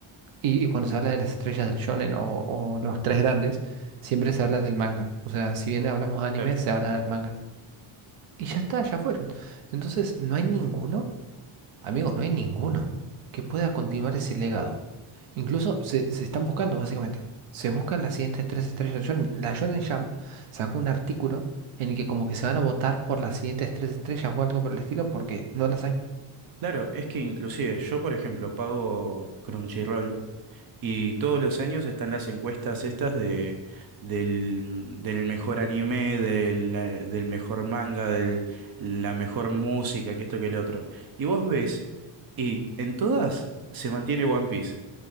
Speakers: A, on the right; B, on the right.
A: y, y cuando se habla de las estrellas del shonen o, o los tres grandes, siempre se habla del manga. O sea, si bien hablamos de anime,
B: Claro,
A: se habla del manga. Y ya está, ya fueron. Entonces, no hay ninguno. Amigos, no hay ninguno que pueda continuar ese legado. Incluso se, se están buscando, básicamente. Se buscan las siguientes tres estrellas. Shonen- la Shonen Jump sacó un artículo en el que como que se van a votar por las siguientes tres estrellas o algo por el estilo porque no las hay.
B: claro, es que inclusive yo, por ejemplo, pago Crunchyroll Y todos los años están las encuestas estas de, del, del mejor anime, del, eh, del mejor manga, de la mejor música, que esto que el otro. Y vos ves, y en todas se mantiene One Piece.